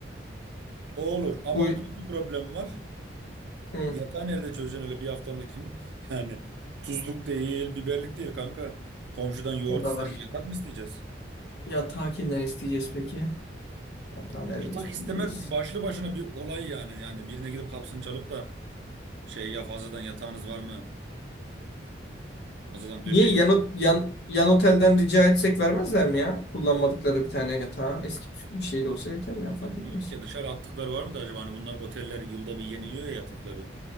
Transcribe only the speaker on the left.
Bu
hı,
o da
var.
Yatağı kimden isteyeceğiz peki? Yatağı
nereden isteyeceğiz?
Niye yan, yan, yan otelden rica etsek vermezler mi ya? Kullanmadıkları bir tane yatağı. Eski püskü bir şey de olsa yeter yani fark
etmez.